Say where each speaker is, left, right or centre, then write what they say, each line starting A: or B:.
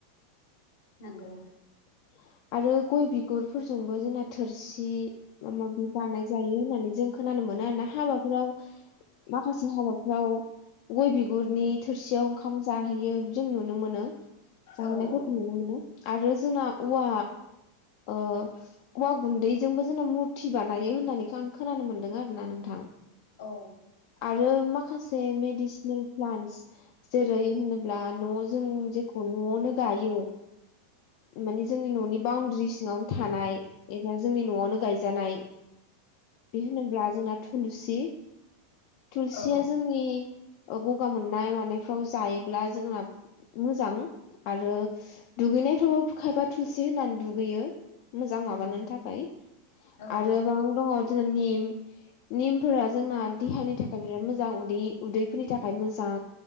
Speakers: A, on the left; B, on the left.
A: नोंगौ
B: <inaudible> आरो गय बिगुरफोरजोंबो जोंना थोरसि माबा माबि बानाय जायो होननानै जों खोनानो मोन हाबाफोराव माखासे हाबाफ्राव गय बिगुरनि थोरसियाव ओंखाम जाहैयो जों नुनो मोनो जाहैनायफोरखौ
A: औ औ
B: नुनो मोनो आरो जोंना औवा औवा गुन्दैजोंबो जों' मुरथि बानायो होननानैखौ आं खोनानो मोनदों आरो ना नोंथां।
A: औ
B: आरो माखासे मेडिसिनेल प्लान्टस जेरै होनोब्ला न' जों जेखौ न'आवनो गायो मानि जोंनि न'नि बाउणड्रि सिङावनो थानाय एबा जोंनि न'आवनो गायजानाय बे होनोब्ला जोंना थुलसि थुलसिया
A: औ
B: जोंनि ओ गगा मोननाय मानायफ्राव जायोब्ला जोंना मोजां आरो दुगैनायफ्रावाबो खायफा थुलसि होनानै दुगैयो मोजां माबानि
A: उम
B: थाखाय
A: औ
B: आरो ब दङ <unintelligible> निमफोरा जोंना देहानि थाखाय बिराद मोजां उदै - उदैफोरनि थाखाय मोजां